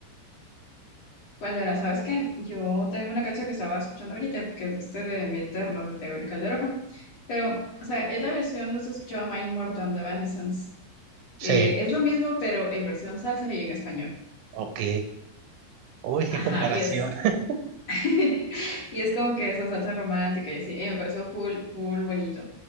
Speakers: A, on the left (about 40°); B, on the right (about 85°).
A: Pues verás, ¿sabes qué? Yo tengo una canción que estaba escuchando ahorita, que es este de Mi Eterno, de Teo y Calderón. Pero, o sea, es la versión, no se escuchaba My Immortal de Evanescence.
B: Sí.
A: Eh, es lo mismo, pero en versión salsa y en español.
B: Ok. Uy, qué
A: Ajá,
B: comparación.
A: y es,
B: <laughs>
A: <laughs> y es como que esa salsa romántica, y así, eh, me pareció full, full bonito.